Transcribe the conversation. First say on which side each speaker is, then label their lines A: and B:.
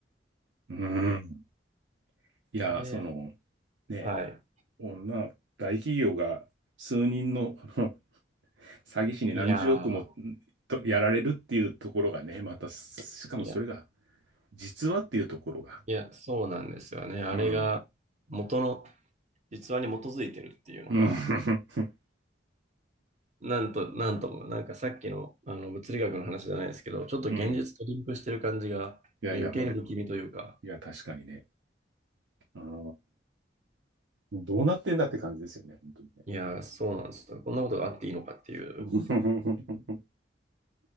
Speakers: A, on the right; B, on the right.
A: うん。いや、
B: あれ、
A: その、ね、
B: はい。
A: 女、大企業が数人のあの <laughs> 詐欺師に何十億も
B: いやー、
A: とやられるっていうところがね、また、しかもそれが、
B: いや、
A: 実話っていうところが。
B: いや、そうなんですよね。あれが元の
A: うん。
B: 実話に基づいてるっていうのが、
A: うん。<laughs>
B: なんと、なんとも、なんかさっきの、あの物理学の話じゃないですけど、ちょっと現実とリンクしてる感じが、
A: うん。いやいや、
B: まあ、余計に不気味というか、
A: ほん、いや、確かにね。あーどうなってんだって感じですよね、本当にね。
B: いやー、そうなんですよ。こんなことがあっていいのかっていう。
A: <laughs>